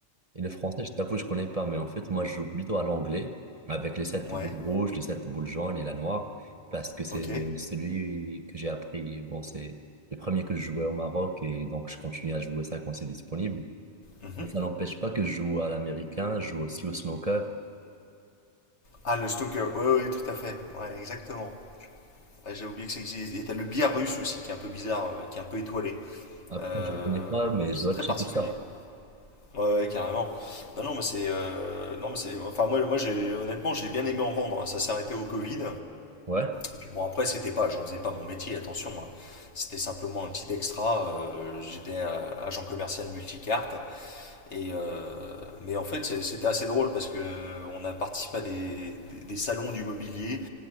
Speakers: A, on the right; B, on the left.
A: Et le français, je t'avoue, je connais pas, mais en fait, moi, je joue plutôt à l'anglais, avec les sept
B: Ouais,
A: boules rouges, les sept boules jaunes et la noire, parce que c'est
B: ok.
A: celui que j'ai appris. Bon, c'est le premier que je jouais au Maroc, et donc je continue à jouer ça quand c'est disponible.
B: mhm.
A: Mais ça n'empêche pas que je joue à l'américain, je joue aussi au snooker.
B: Ah, le snooker, ouais, ouais, tout à fait, ouais, exactement. Ouais, j'ai oublié que ça existe. Et t'as le billard russe aussi, qui est un peu bizarre, euh, qui est un peu étoilé.
A: Après,
B: Euh,
A: je le connais pas, mais je
B: c'est
A: dois
B: très
A: checker
B: particulier.
A: ça.
B: Ouais, ouais, carrément. Non, non, mais c'est, euh, non, mais c'est, enfin moi, moi, j'ai, honnêtement, j'ai bien aimé en vendre. Ça s'est arrêté au Covid.
A: Ouais.
B: Et puis bon, après, c'était pas, j'en faisais pas mon métier, attention. hein. C'était simplement un petit extra. euh, j'étais euh, agent commercial multicarte. Et euh, mais en fait, c'est- c'était assez drôle parce que euh, on a participé à des, des, des salons du mobilier.